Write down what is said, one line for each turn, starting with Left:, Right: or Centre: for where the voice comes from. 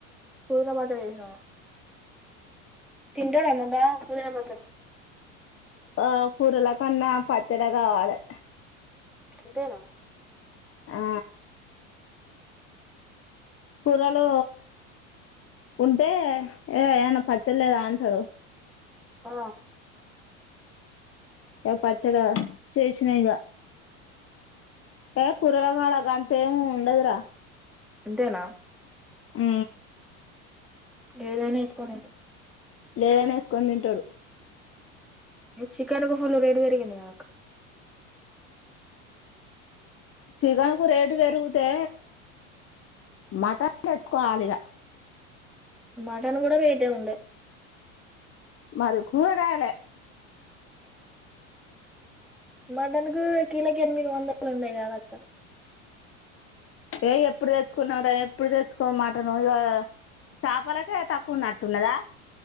Centre: పదుల పాత చేస తనంట ఎమ బ పూజిన పాత్ర
Left: ఆ కూరల కన్నా పచ్చడి కావాలి
Centre: ఇంతేనా
Left: ఆ కూరలు ఉంటే ఏ ఏమనా పచ్చలేదా అంటే హలో
Centre: ఆ
Left: ఆ పచ్చడా చేషిన ఇకా ఏ కురల కాాల అ గంత ఉండదురా
Centre: అంతేనా
Left: ఉ
Centre: ఏదైనా వేసుకోనిండి
Left: లేదని వేసుకొని తింటారు
Centre: చికెన్ కు ఫుల్ రెడి పెరిగింది కదాక
Left: చికెన్ కు రేటు పెరిగితే మటన్ తెచ్చుకోవాలిక
Centre: మటన్ కూడాడ రేట్ ఉండ
Left: మరి కూర కాయాల
Centre: మటన్ కు కీలక ఎనిమిది వందలు ఉండయి కదక్క
Left: ఏయ ఎప్పుడు తెచ్చుకున్నార ఇప్పుడు తెచ్చుకోమాట నువ్వు ఇక చపలకే తక్కువ నచ్చ న్నదా